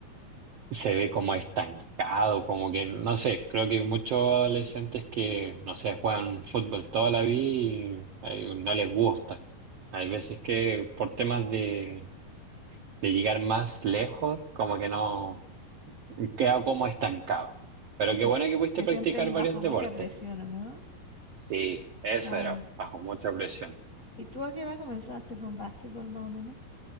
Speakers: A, on the right (about 65°); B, on the left (about 40°).
A: se ve como estancado, como que, no sé, creo que hay muchos adolescentes que, no sé, juegan fútbol toda la vida y eh, no les gusta. Hay veces que por temas de de llegar más lejos, como que no, queda como estancado. Pero
B: O
A: qué
B: sea,
A: bueno
B: s-
A: que pudiste
B: se
A: practicar
B: sienten
A: varios
B: bajo
A: deportes.
B: mucha presión, ¿o no?
A: Sí, eso
B: Claro.
A: era, bajo mucha presión.
B: ¿Y tú a qué edad comenzaste con básquetbol más o menos?